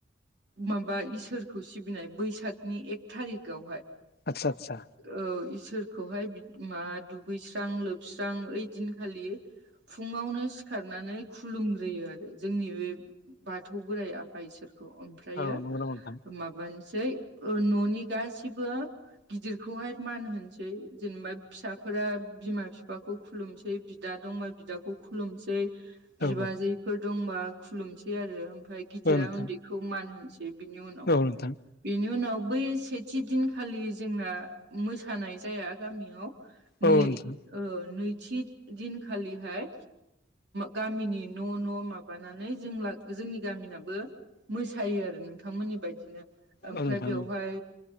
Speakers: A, on the right (about 65°); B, on the left (about 55°).
A: माबा इसोरखौ सिबिनाय बैसागनि एक थारिखावहाय
B: आदसा आदसा
A: औ इसोरखौहाय मा दुगैस्रां लोबस्रां ओइदिनखालि फुङावनो सिखारनानै खुलुमग्रोयो आरो जोंनि बे बाथौ बोराइ आफा इसोरखौ ओमफ्राय
B: औ
A: ओमफ्रायो
B: नंगौ नामा नोंथां?
A: माबानोसै न'नि गासिबो गिदिरखौहाय मान होनोसै जेनेबा फिसाफोरा बिमा बिफाखौ खुलुमसै बिदा दंबा बिदाखौ खुलुमसै बिबाजैफोर
B: औ
A: दंबा खुलुमसै आरो ओमफ्राय गिदिरा
B: औ नोंथां
A: उन्दैखौ मान होनोसै बिनि उनावहाय
B: औ नोंथां
A: बेनि उनाव बै सेथि दिनखालि जोंना मोसानाय जाया गामियाव नै
B: औ नोंथां
A: नैथि दिनखालिहाय गामिनि न' न' माबानानै जों जोंनि गामिनाबो मोसायो आरो नोंथांमोननि बायदिनो ओमफ्राय
B: औ नोंथां
A: बेवहाय
B: औ